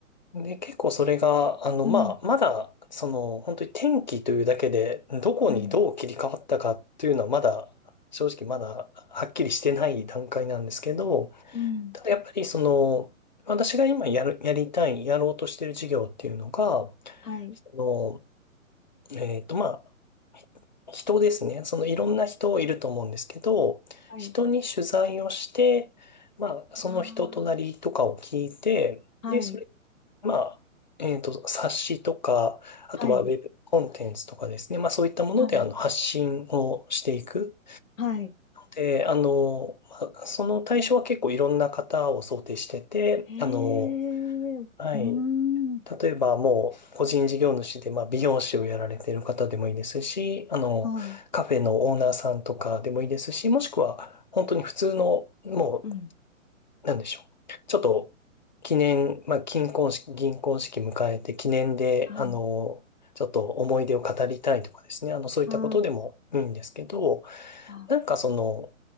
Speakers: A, on the left; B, on the left.
A: で、結構それが、あの、
B: うん、
A: まあ、まだ、その、本当に天気というだけで、どこにどう切り替わったかっていうのは、
B: うん、
A: まだ、正直まだ、はっきりしてない段階なんですけど、
B: うん、
A: ただやっぱり、その、私が今やる、やりたい、やろうとしてる事業っていうのが、
B: はい、
A: その、えっと、まあ、人ですね。そのいろんな人いると思うんですけど、
B: はい、
A: 人に取材をして、まあ、その人となりとかを聞いて、
B: わあ、
A: で、
B: はい、
A: それ、まあ、えっと、冊子とか、あとはウェブコンテンツとかですね。
B: はい、
A: まあ、そういったもので、
B: はい、
A: あの、発信をしていく。
B: はい、
A: で、あの、まあその対象は結構いろんな方を想定してて、
B: へえ、
A: あの、
B: うーん、
A: はい。例えばもう個人事業主でまあ美容師をやられている方でもいいですし、あの、
B: はい、
A: カフェのオーナーさんとかでもいいですし、もしくは本当に普通のも
B: うん、
A: なんでしょう。ちょっと、記念、まあ、金婚式、銀婚式迎えて記念で、
B: はい、
A: あの、ちょっと思い出を語りたいとかですね。あの、そういったことでもいいんですけど、
B: ああ、あ、
A: なんかその、